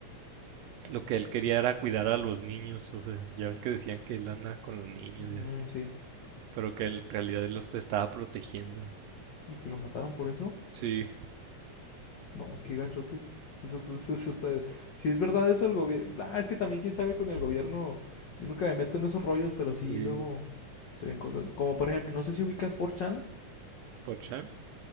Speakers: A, on the right; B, on the left.
A: lo que él quería era cuidar a los niños, o sea, ya ves que decían que él anda con los niños
B: Mm,
A: y así,
B: sí.
A: pero que en realidad él los estaba protegiendo.
B: ¿Y que lo mataron por eso?
A: Sí,
B: No, qué gachote. Eso, eso- eso está- Si es verdad eso el gobierno... Ah, es que también quién sabe con el gobierno... Yo nunca me meto en esos rollos, pero
A: sí.
B: sí luego se ven cosas. Como por ejemplo, no sé si ubicas 4chan.
A: ¿Por Chan?